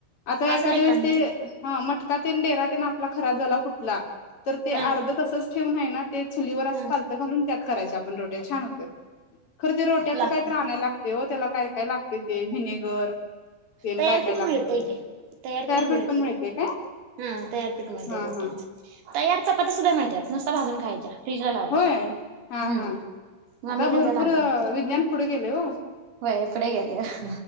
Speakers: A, on the left (about 40°); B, on the right (about 80°).
A: आता एखाद्या
B: असेल एखांदी
A: वेळेस ते ह मटका ते डेरा तेन आपला खराब झाला फुटला तर ते
B: हम्म
A: अर्ध तसंच ठेवून आहे ना ते चुलीवर असं
B: हम्म
A: पालतं घालून, त्यात करायच्या आपण रोट्या छान होत्यात खरं ते रोट्याचं
B: लागते
A: काय तर आणायला
B: का
A: लागत हो त्याला काय काय लागते ते व्हिनेगर तेन
B: तयारपीठ
A: काय काय लागतंय.
B: मिळतय की तयारपीठ
A: गारपीट
B: मिळतयं
A: पण मिळते काय?
B: हा तयारपीठ मिळते
A: हा
B: रोट्यांच
A: हा
B: तयार चपात्या सुद्धा मिळत्यात, नुसत भाजून खायच्या. फ्रीजला लावायच्या
A: होय हा
B: हम्म.
A: हा
B: मम्मी
A: आता
B: त्यांच्यात
A: भरपूर
B: आम्ही आणतोय
A: विज्ञान पुढे गेलय, ओ
B: होय पुढे गेले.